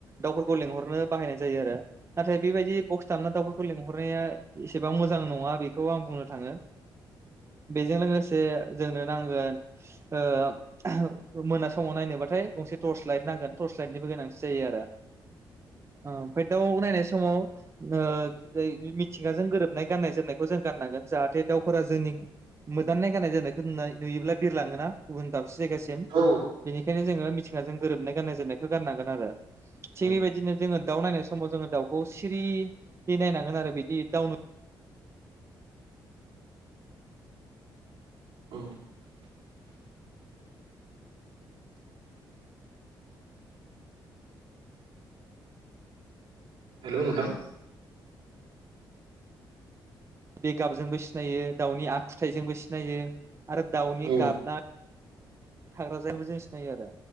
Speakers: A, on the right (about 30°); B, on the right (about 85°).
A: दाउफोरखौ लेंहरनो बाहायनाय जायो आरो नाथाय बिबायदि बस दामना दाउफोरखौ लेंहरनाया एसेबां मोजां नङा बेखौ आं बुंनो थाङो। बेजों लोगोसे जोंनो नांगोन ओह मोना समाव नायनोबाथाय थस लाइतनिबो गोनांथि जायो ओह दाउ नायनाय समाव ओह मिथिंगाजों गोरोबनाय गाननाय जोमनायखौ जों गाननांगोन जाहाथे दाउफोरा जोंनि मोदाननाय गाननाय जोमनायखौ नुयोब्ला बिरलाङोना गुबुन दाबसे जायगासिम
B: औ
A: बेनिखायनो जोङो मिथिंगाजों गोरोबनाय गाननाय जोमनायखौ गाननांगोन आरो थिग
B: औ
A: बेबायदिनो जोङो दाउ नाय समाव जोङो दाउखौ सिरियै नायनांगोन आरो बिदि दाउनो
B: औ हेलौ नोंथां
A: बेगाबजोंबो सिनायो दाउनि आखुथाइजोंबो सिनायो आरो दाउनि
B: औ
A: गाबनाय थाग्रा जायगायावो जों सिनायो आरो